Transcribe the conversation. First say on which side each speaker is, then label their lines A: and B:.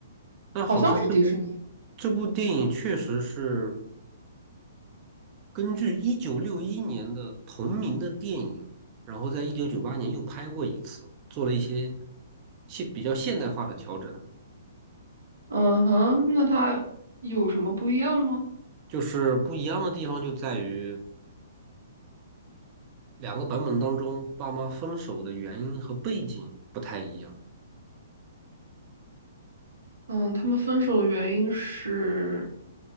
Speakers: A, on the right; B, on the right.
A: 那好像这部
B: 好像是迪士尼。
A: 这部电影确实是根据一九六一年的同名的电影，然后在一九九八年又拍过一次，做了一些现比较现代化的调整。
B: 嗯哼，那它有什么不一样吗？
A: 就是不一样的地方就在于。两个版本当中，爸妈分手的原因和背景不太一样。
B: 嗯，他们分手的原因是